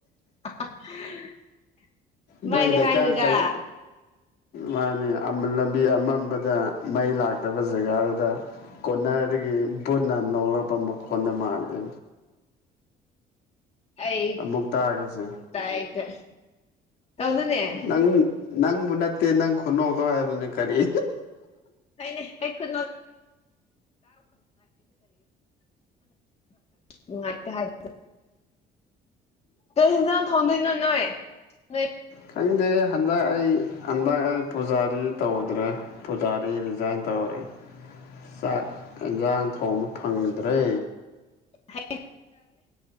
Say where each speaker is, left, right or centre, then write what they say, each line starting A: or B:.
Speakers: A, on the left; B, on the left.
A: <unintelligible> ꯁꯨꯃꯥꯏꯅ
B: ꯅ ꯂꯩ
A: ꯍꯥꯏꯅꯨꯗ
B: ꯀꯥꯏ ꯆꯪ ꯃꯥꯅꯤ ꯂꯝꯕꯤ ꯑꯃꯝꯕꯗ ꯃꯩ ꯂꯥꯛꯇꯕ ꯖꯒꯥꯗꯨꯗ ꯀꯣꯟꯅꯔꯗꯒꯤ ꯚꯕꯨꯠꯅ ꯅꯣꯂꯛꯄ ꯃꯈꯣꯟꯗ ꯃꯥꯜꯂꯤ
A: ꯑꯩ
B: ꯑꯃꯨꯛ ꯇꯥꯒꯦꯁꯦ
A: ꯇꯥꯏꯇ ꯇꯧꯗꯨꯅꯦ
B: ꯅꯪ ꯅꯪꯕꯨ ꯅꯠꯇꯦ ꯅꯪ ꯈꯨꯅꯣꯛꯗꯧ ꯍꯥꯏꯕꯅꯤ ꯀꯔꯤ
A: <unintelligible> ꯅꯨꯡꯉꯥꯏꯇꯦ ꯍꯥꯏꯕ ꯀ ꯌꯦꯟꯖꯥꯡ ꯊꯣꯡꯗꯣꯏꯅꯣ ꯅꯣꯏ ꯅꯣꯏ
B: ꯀꯩꯗ ꯍꯥꯏ ꯍꯟꯗꯛ ꯑꯩ ꯍꯟꯗꯛ ꯑꯩ ꯄꯨꯖꯥꯔꯤ ꯇꯧꯗ꯭ꯔꯦ ꯄꯨꯖꯥꯔꯤ ꯔꯤꯖꯥꯏꯟ ꯇꯧꯔꯦ ꯆꯥꯛ ꯌꯦꯟꯁꯥꯡ ꯊꯣꯡꯕ ꯐꯪꯗ꯭ꯔꯦ
A: ꯍꯥꯏ